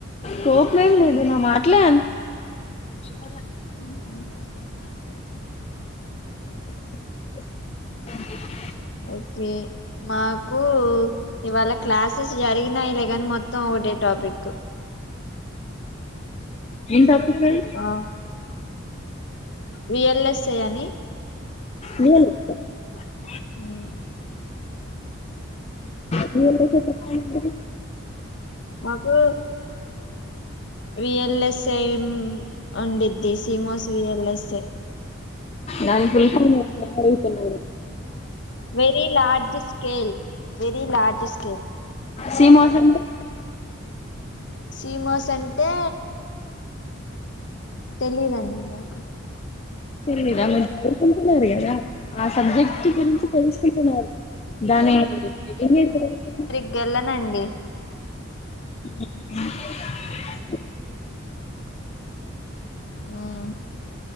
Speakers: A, on the left; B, on the left.
A: కోపమేమి లేదు నా మాట్లే అంతా అని
B: <inaudible>
A: అ <unintelligible>
B: ఓకే మాకు ఇవాళ క్లాసెస్ జరిగినాయిలే కాని మొత్తం త్తం ఒకటే టాపిక్
A: ఎం టాపిక్ అది
B: ఆ విఎల్ఎస్ఏ అని
A: వి ఎల్ ఎస్ ఐ
B: ఆ
A: V L S I technology
B: మాకు విఎల్ఎస్ఐ ఉండిద్ది సీమోస్ విఎల్ఎస్ఐ
A: దాని ఫుల్ ఫామ్ ఏంటి అని అడుగుతున్న నేను
B: very large scale very large scale
A: CMOS అంటే
B: సీమోస్ అంటే తెలీదండి నాకు
A: తెలీదా మీరు చదువుకుంటున్నారు కదా ఆ సబ్జెక్ట్ గురించి తెలుసుకుంటున్నారు. దాని హెడ్డింగ్ ఏంటిఅసలు
B: ఇంకా ఎల్లనండి.
A: ఉమ్
B: ఉమ్